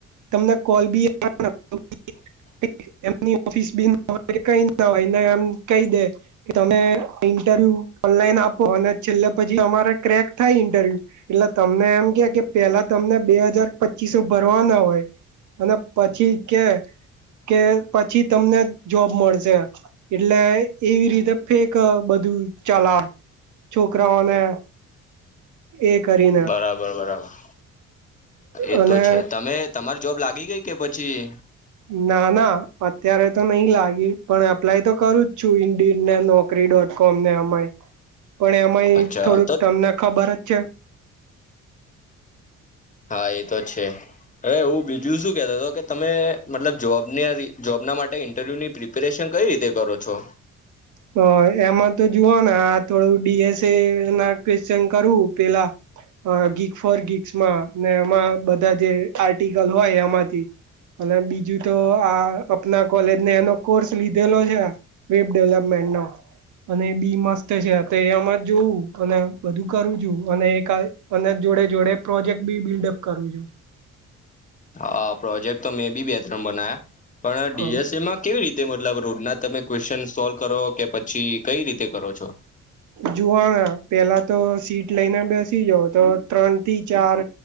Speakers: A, on the right (about 75°); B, on the left (about 25°).
A: તમને કોલ ભી <inaudible>
B: <inaudible> <unintelligible>
A: એમની ઓફિસ ભી ના હોય, કઈ ના હોય એમ કહી દે તમે ઇન્ટરવ્યુ ઓનલાઈન આપો અને છેલ્લે પછી અમારે ક્રેક થાય ઇન્ટરવ્યુ એટલે તમને એમ કે કે પેલા તમને બે હજાર, પચીસો ભરવાના હોય અને પછી કે કે પછી તમને જોબ મળશે એટલે એવી રીતે ફેક બધું ચલાય છોકરાઓને એ કરીને
B: બરાબર બરાબર એ
A: અને
B: તો છે તમે તમાર જોબ લા લાગી ગઈ કે પછી
A: ના ના અત્યારે તો નહી લાગી પણ એપ્લાય તો કરું જ છું <unintelligible> નોકરી ડોટ કોમ ને આમાં
B: <inaudible>
A: પણ એમાંય
B: અચ્છા
A: થોડુંક
B: તો
A: તમને ખબર જ છે.
B: હા એ તો છે. અરે એવું બીજું શું કેતો હતો કે તમે મતલબ જોબને જોબના માટ તે ઇન્ટરવ્યુની પ્રિપેરેશન કઈ રીતે કરો છો?
A: હ એમાં તો જોવુને આ થોડું ડી એસ એ ના ક્વેશ્ચન કરું પેલા. અ ગીક ફોર ગીસમાં ને એમાં બધા જે આર્ટિકલ હોય એમાંથી અને બીજું તો આ અપના કોલેજને એનો કોર્સ લીધેલો છે વેબ ડેવલપ મેન્ટ નો. અને એ બી મસ્ત છે એમાં જ જોવું અને બધું કરું છું અને એક અને જોડે જોડે પ્રોજેક્ટ બી બિલ્ડઅપ કરું છું.
B: હા પ્રોજેક્ટ તો મેં બી બે ત્રણ બનાયા પણ ડી
A: હ
B: એસ એમાં કેવી રીત તે મતલબ રોડ ના તમે કવેસન સોલ્વ કરો કે પછી કઈ રીતે કરો છો.
A: જુવાન પેલા તો સીટ લઈને બેસી જાવ તો ત્રણ થી ચાર